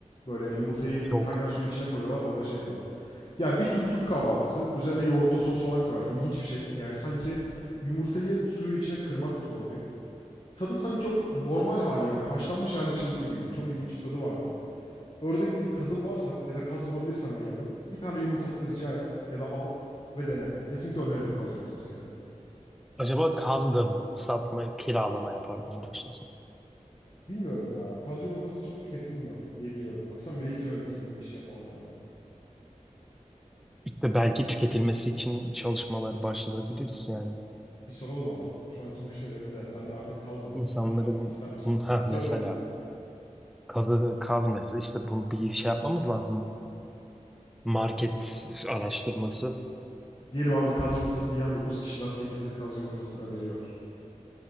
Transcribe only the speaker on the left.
Böyle yumurtayı
kaynar suyun içine koyuyorlar. Orada şey yapıyorlar. Ya bir tür Türk kahvaltısı.
Üzerine yoğurtlu sos falan koyuyorlar. İlginç bir şey. Yani sanki yumurtayı suyun içine kırmak gibi oluyor. Tadı sanki normal hali yani haşlanmış hali çılbır gibiydi. Çok ilginç bir tadı vardı. Ördek değil kazın varsa ya da kaz bulabilirsen bir yerden bir tane yumurtasını rica et ya da al ve dene. Kesinlikle öneririm kaz yumurtası yemeni.
Bilmiyorum ya kaz yumurtası çok tüketilmiyor diye biliyorum. Bak sen bile hiç yememişsin bu işi yapmamana rağmen.
Bir soralım abi. Şu anki müşterilerine de bende artık kaz da var.
Kaz denemek
ister misiniz?
Kazı
öneririm.
Diyelim abi kaz yumurtası yiyen 9 kişiden sekizi kaz yumurtasını öneriyor.